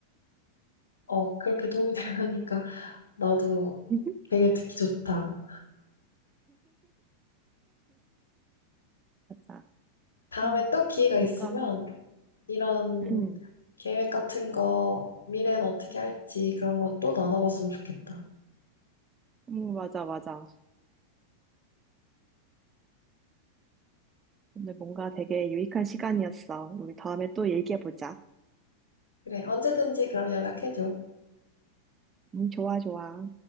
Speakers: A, on the left; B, on the right.
A: 어 그렇게 도움이 <laughs> 되니까 나도
B: <laughs>
A: 되게 듣기 좋다.
B: 맞아.
A: 다음에
B: 아,
A: 또 기회가
B: 뭔가,
A: 있으면 이런
B: 음,
A: 계획 같은 거, 미래는 어떻게 할지 그런 거 또 나눠봤으면 좋겠다.
B: 음, 맞아, 맞아. 오늘 뭔가 되게 유익한 시간이었어. 우리 다음에 또 얘기해보자.
A: 그래, 언제든지 그럼 연락해줘.
B: 음, 좋아, 좋아.